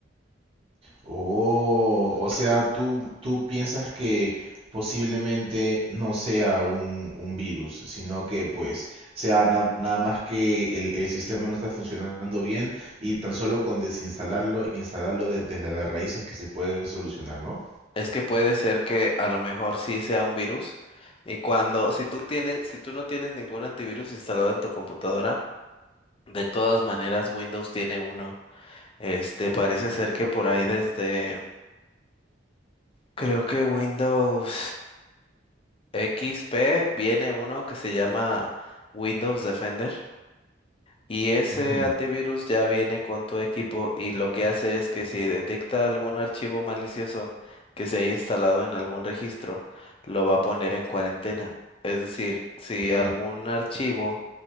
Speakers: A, on the right (about 30°); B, on the left (about 30°).
A: Oh, o sea, tú, tú piensas que posiblemente no sea un, un virus, sino que pues sea na- nada más que el, el sistema no está funcionando bien y tan solo con desinstalarlo, instalarlo de- desde las raíces que se puede solucionar, ¿no?
B: Es que puede ser que a lo mejor sí sea un virus y cuando, si tú tienes, si tú no tienes ningún antivirus instalado en tu computadora, de todas maneras Windows tiene uno. Este, parece ser que por ahí desde, creo que Windows XP viene uno que se llama Windows Defender. Y ese
A: Ujú,
B: antivirus ya viene con tu equipo y lo que hace es que si detecta algún archivo malicioso que se haya instalado en algún registro, lo va a poner en cuarentena. Es decir, si
A: ujú.
B: algún archivo